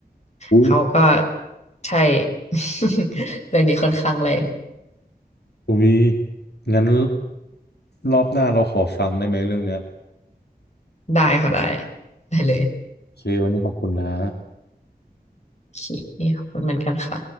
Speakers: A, on the left; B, on the left.
A: อุ้ย
B: เขาก็ใช่ <laughs> เรื่องนี้ค่อนข้างแรง
A: อุ้ยงั้นรอบหน้าเราขอฟังได้ไหมเรื่องเนี้ย
B: ได้ค่ะได้ได้เลย
A: โอเควันนี้ขอบคุณนะ
B: โอเคขอบคุณเหมือนกันค่ะ